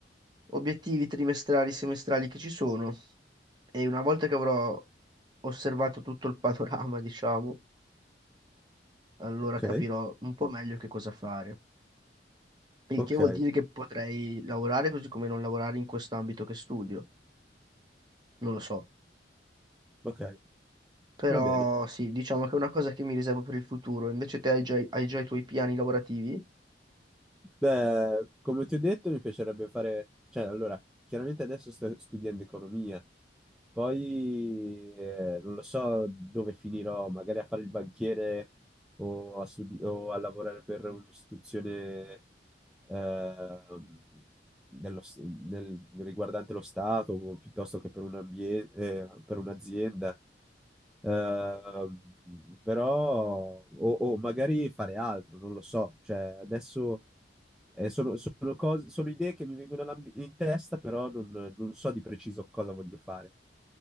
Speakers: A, on the right; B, in the centre.
A: obiettivi trimestrali, semestrali che ci sono E una volta che avrò osservato tutto il panorama, <laughs> diciamo, allora
B: Ok,
A: capirò un po' meglio che cosa fare. Il
B: ok,
A: che vuol dire che potrei lavorare così come non lavorare in quest'ambito che studio. Non lo so.
B: ok,
A: Però
B: va bene.
A: sì, diciamo che è una cosa che mi riservo per il futuro. Invece te hai già, hai già i tuoi piani lavorativi
B: Beh, come ti ho detto, mi piacerebbe fare, cioè, allora, chiaramente adesso sto studiando economia, poi eh, non lo so dove finirò, magari a fare il banchiere o a, studi- o a lavorare per un'istituzione ehm, dello s- del- riguardante lo Stato o piuttosto che per un ambie- eh, per un'azienda. Ehm, però, o, o magari fare altro, non lo so. Cioè, adesso eh, sono, sono cose- sono idee che mi vengono alla- in testa, però non, non so di preciso cosa voglio fare.